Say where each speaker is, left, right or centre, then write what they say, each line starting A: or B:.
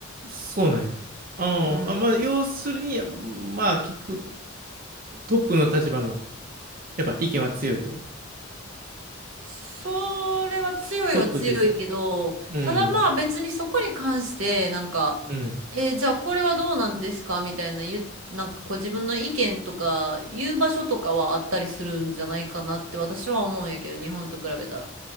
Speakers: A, on the right; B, on the right.
A: そうなんや。あーあ、
B: うん。
A: まあ、要するに、まあ、聞く、トップの立場の、やっぱ意見は強いと。
B: それは強いは強いけど、
A: トップというか、うん、
B: ただまあ別にそこに関して、なんか、
A: うん。
B: えーじゃあこれはどうなんですかみたいな言う、なんかこう自分の意見とか言う場所とかはあったりするんじゃないかなって私は思うんやけど、日本と比べたら。